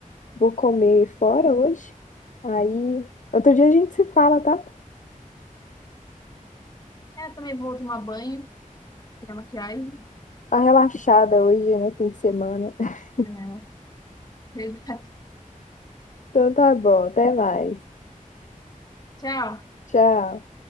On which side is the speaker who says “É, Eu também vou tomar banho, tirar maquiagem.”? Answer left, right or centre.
Left